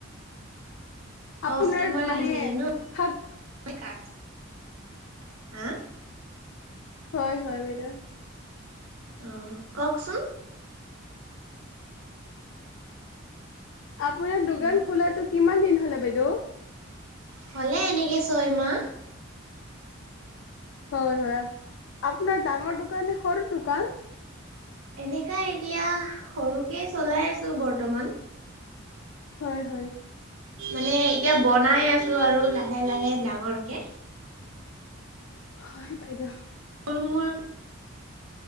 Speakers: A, on the left (about 65°); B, on the right (about 85°).
A: আপোনাৰ
B: অ' তোমাৰ আহিলে
A: মানে
B: ন?
A: থাক
B: হা
A: হয় হয় বাইদেউ।
B: অ' কওঁকচোন?
A: আপোনাৰ দোকান
B: হেল্ল'।
A: খোলাটো কিমান দিন হ'লে বাইদেউ?
B: হ'লে এনেকে ছয়মাহ।
A: হয় হয় আপোনাৰ ডাঙৰ দোকান নে সৰু দোকান?
B: এনেকা এতিয়া সৰুকে চলাই আছো বৰ্তমান।
A: হয় হয়।
B: মানে এতিয়া বনাই আছো আৰু লাহে লাহে ডাঙৰকে।
A: হয় বাইদেউ।
B: ঠুলমূল